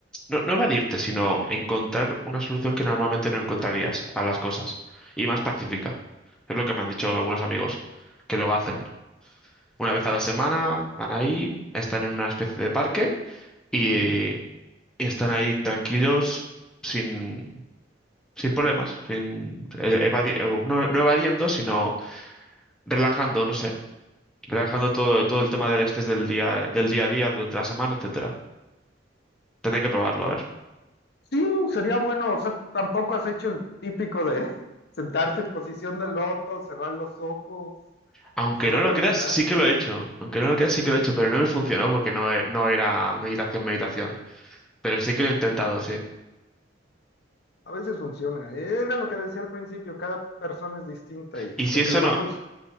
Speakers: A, in the centre; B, on the left (about 60°).
A: No, no evadirte, sino encontrar una solución que normalmente no encontrarías a las cosas. Y más pacífica. Es lo que me han dicho algunos amigos que lo hacen. Una vez a la semana van ahí, están en una especie de parque. y,
B: ujú.
A: eh, y están ahí tranquilos, sin, sin problemas, sin, eh, evadi- eh, no, no evadiendo, sino relajando, no sé, relajando todo, todo el tema del estrés del día, del día a día, durante la semana, etcétera. Tendré que probarlo, a ver.
B: Sí, sería bueno, o sea, tampoco has hecho el típico de <laughs> sentarte en posición de loto, cerrar los ojos,
A: Aunque
B: solo
A: no
B: respirar,
A: lo creas, sí que lo he hecho. Aunque no lo creas,
B: sí.
A: sí que lo he hecho, pero no me funcionó porque no, e- no era meditación, meditación. Pero sí que lo he intentado, sí.
B: A veces funciona. Era lo que decía al principio, cada persona es distinta y
A: Y si
B: lo
A: eso
B: que le
A: no
B: va a funcionar,